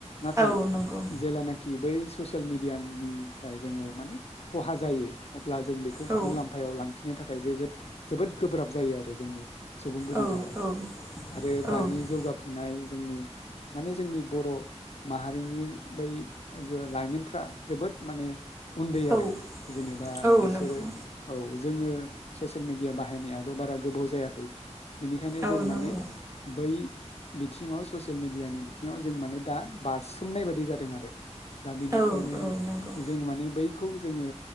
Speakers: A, on the left (about 60°); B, on the right (about 25°).
A: नाथाय
B: औ नंगौ।
A: जेलानाखि बै ससियेल मिडियानिफ्राय जोङो माने खहा जायो ब्ला जों बेखौ
B: औ
A: मुलाम्फायाव लां फिननो थाखाय जोगोद जोबोद गोब्राब जायो आरो जोंनि सुबुंफोरनि
B: औ
A: थाखाय
B: औ
A: आरो
B: औ
A: दानि जौगाफुनाय जोंनि माने जोंनि बर' माहारिनि बै जो लाइमोनफ्रा जोबोद माने उन्दै
B: औ
A: आरो जेनेबा
B: औ
A: बिसोरो
B: नंगौ
A: औ। जोङो ससियेल मिडिया बाहायनायाबो बारा गोबाव जायाखै। बेनिखायनो
B: औ
A: जों
B: नंगौ
A: माने बै बिथिङाव ससियेल मिडियानि बिथिङाव जों माने दा बारसोमनाय बादि जाद दों आरो। दा बिनिफ्रायनो
B: औ औ नंगौ
A: जों माने बै बेखौ जोङो